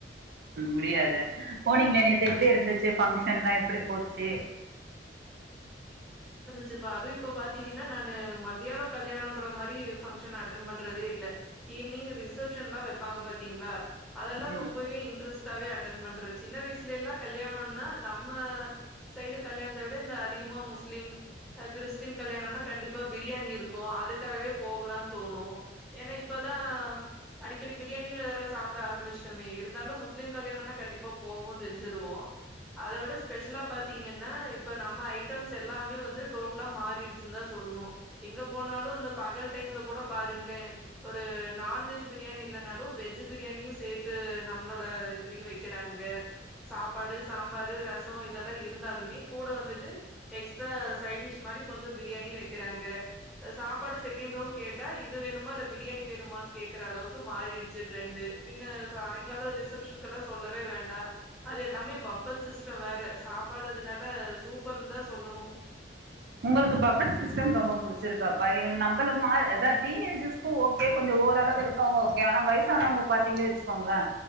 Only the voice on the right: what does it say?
முடியாது போனீங்களே நேத்து எப்டி இருந்துச்சு ஃபங்ஷன்லா எப்படி போச்சி
ம்
உங்களுக்கு பஃபெட் சிஸ்டம் ரொம்ப புடிச்சிருக்காப்ப எ நம்பள மா அதா டீன்ஏஜஸ்கு ஓகே கொஞ்ச ஓரளவு இருக்கவங்க ஓகே ஆனா வயசானவங்க பாத்தீங்க வச்சுக்கோங்களேன்